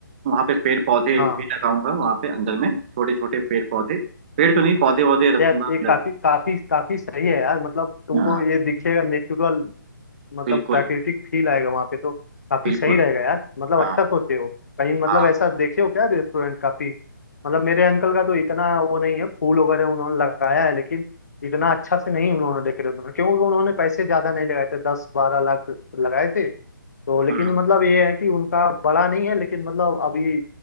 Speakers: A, on the right; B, on the left.
A: वहाँ पे पेड़ पौधे
B: हाँ
A: भी लगाऊंगा वहाँ पे अंदर में छोटे छोटे पेड़ पौधे पेड़ तो नहीं पौधे वौधे रखूंगा
B: यार ये
A: अंदर
B: काफी
A: में
B: काफी काफी सही है यार मतलब तुमको
A: हाँ
B: ये दिखेगा नेचुरल मतलब
A: बिल्कुल
B: प्राकृतिक फील आएगा वहां पे तो काफी
A: बिल्कुल
B: सही रहेगा यार मतलब
A: हाँ
B: अच्छा सोचे हो कहीं मतलब
A: हाँ
B: ऐसा देखे हो क्या रेस्टोरेंट काफी मतलब मेरे अंकल का तो इतना वो नहीं है फूल वगैरह उन्होंने लगाया है लेकिन इतना अच्छा से नहीं उन्होंने डेकोरेट क्योंकि उन्होंने पैसे ज्यादा नहीं लगाए थे दस बारह लाख लगाए थे तो लेकिन
A: हम्म
B: मतलब ये है कि उनका बड़ा नहीं है लेकिन मतलब अभी